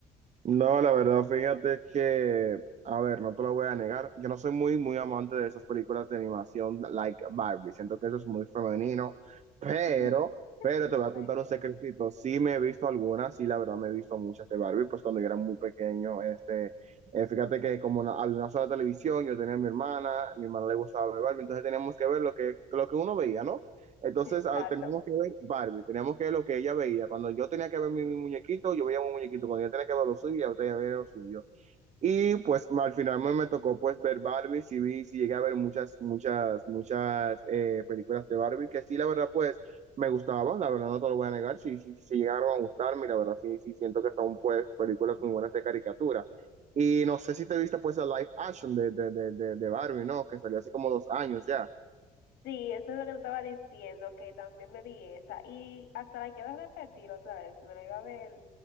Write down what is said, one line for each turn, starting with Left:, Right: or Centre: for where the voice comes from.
Right: No, la verdad, fíjate que, a ver, no te lo voy a negar, yo no soy muy, muy amante de esas películas de animación like Barbie, siento que eso es muy femenino, pero,
Left: <laughs>
Right: pero te voy a contar
Left: Ay, Dios.
Right: un secretito, sí me he visto algunas, sí, la verdad me he visto muchas de Barbie, pues cuando yo era muy pequeño, este, eh, fíjate que como una- había una sola televisión, yo tenía a mi hermana, mi hermana le gustaba ver Barbie, entonces teníamos que ver lo que, lo que uno veía, ¿no? Entonces,
Left: Exacto.
Right: ah, teníamos que ver Barbie, teníamos que ver lo que ella veía. Cuando yo tenía que ver mi, mi muñequito, yo veía mi muñequito. Cuando ella tenía que ver lo suyo, ella tenía que ver lo suyo. Y pues al final me, me tocó pues ver Barbie, sí vi, sí llegué a ver muchas, muchas, muchas eh, películas de Barbie, que sí, la verdad, pues me gustaban, la verdad no te lo voy a negar, sí, sí, sí llegaron a gustarme, y la verdad sí, sí siento que son pues películas muy buenas de caricatura. Y no sé si te viste pues el live action de, de, de, de de Barbie, ¿no? Que salió hace como dos años ya.
Left: Sí, eso es lo que te estaba diciendo, que también me vi esa. Y hasta la quiero repetir otra vez, me la iba a ver.